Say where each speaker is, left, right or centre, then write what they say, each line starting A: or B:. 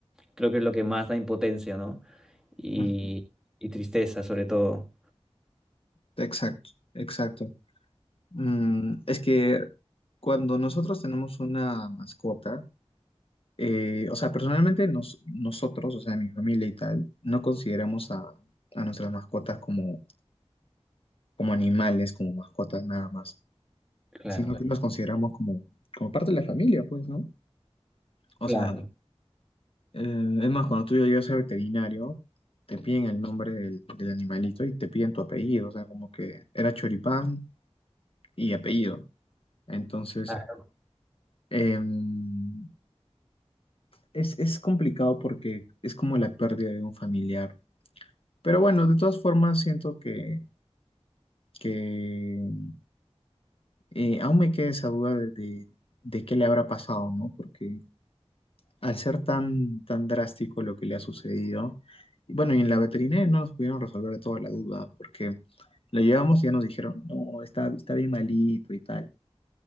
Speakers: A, in the centre; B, on the left (about 55°).
A: creo que es lo que más da impotencia, ¿no? Y,
B: ujú.
A: y tristeza sobre todo.
B: Exacto, exacto. Mm, es que Cuando nosotros tenemos una mascota, eh, o sea, personalmente nos- nosotros, o sea, mi familia y tal, no consideramos a, a nuestras mascotas como, como animales, como mascotas nada más,
A: Claro.
B: sino que Claro. los consideramos como, como parte de la familia, pues, ¿no? O
A: Claro,
B: sea, eh, es más, cuando tú llegas al veterinario, te piden el nombre del, del animalito y te piden tu apellido, o sea, como que era Choripán y apellido. Entonces,
A: claro,
B: em, Es, es complicado porque es como la pérdida de un familiar. Pero bueno, de todas formas, siento que, que eh, aún me queda esa duda de, de, de qué le habrá pasado, ¿no? Porque al ser tan, tan drástico lo que le ha sucedido, y bueno, y en la veterinaria no nos pudieron resolver toda la duda, porque lo llevamos y ya nos dijeron, no, está, está bien malito y tal.